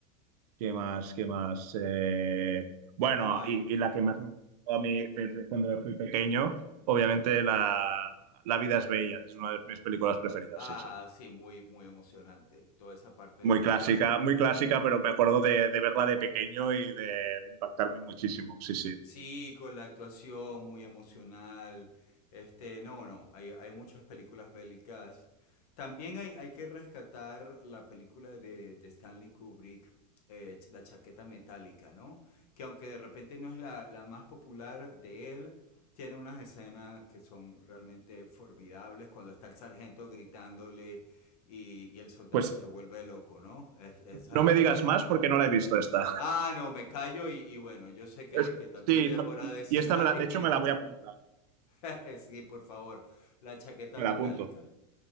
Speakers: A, on the right; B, on the left.
A: ¿qué más? ¿Qué más? Eh, bueno,
B: No hay.
A: y, y la que más me gustó a mí desde cuando fui pequeño, obviamente la, La vida es bella, es una de mis películas preferidas,
B: Ah,
A: sí, sí.
B: sí, muy, muy emocionante. Toda esa parte
A: Muy
B: de
A: clásica,
B: que, que-
A: muy clásica, pero me acuerdo de, de verla de pequeño y de, de impactarme muchísimo, sí, sí.
B: Sí, con la actuación muy emocional. Este, no, no, hay, hay muchas películas bélicas. También hay, hay que rescatar la película de, de Stanley Kubrick, eh, Ch- La chaqueta metálica, ¿no? Que aunque de repente no es la, la más popular de él, tiene unas escenas que son realmente formidables cuando está el sargento gritándole y, y el soldado
A: Pues
B: se vuelve loco, ¿no? Es, esa,
A: no me digas
B: esas
A: más porque no la he visto esta. <laughs>
B: Ah, no, me callo y, y bueno, yo sé que,
A: Es-
B: que también
A: sí,
B: ya
A: no,
B: es hora
A: y
B: de cenar
A: y esta me la,
B: y
A: de hecho me la voy a apuntar,
B: <laughs> sí, por favor, la chaqueta
A: me
B: metálica.
A: la apunto.